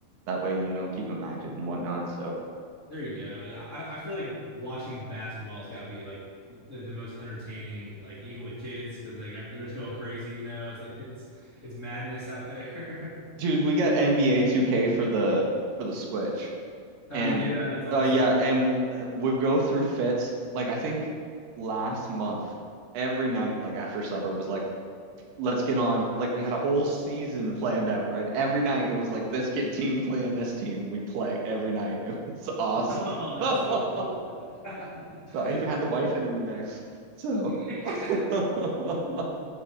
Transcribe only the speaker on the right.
that way, you know, keep them active and whatnot. So,
dude, we got NBA 2K for the for the Switch,
and
uh, yeah, and we'll, we'll go through fits. Like I think last month, every night, like after supper, was like, let's get on. Like we had a whole season planned out, right? Every night it was like this get team playing this team. We'd play every night. <laughs> It was awesome.
<laughs>
so
I even had the wife in in the mix. So
<laughs>